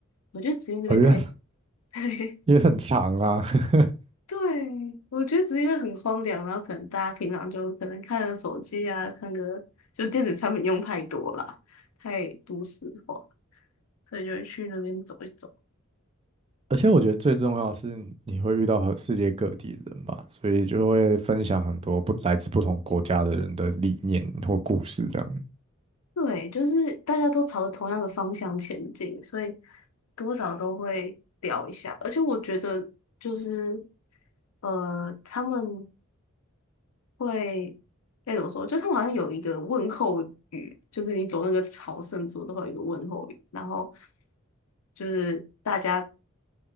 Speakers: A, on the left; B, on the right.
A: 我觉得只因为那边太，
B: 哦，因为
A: <laughs>
B: 因为很长啊，<laughs>
A: 对，我觉得只是因为很荒凉，然后可能大家平常就可能看个手机啊，看个就电子产品用太多啦，太都市化，所以就会去那边走一走。
B: 而且我觉得最重要的是你会遇到和世界各地的人吧，所以就会分享很多不来自不同国家的人的理念或故事这样。
A: 对，就是大家都朝着同样的方向前进，所以多少都会掉一下。而且我觉得，就是呃，他们会该怎么说？就他们好像有一个问候语，就是你走那个朝圣之路都会有一个问候语，然后就是大家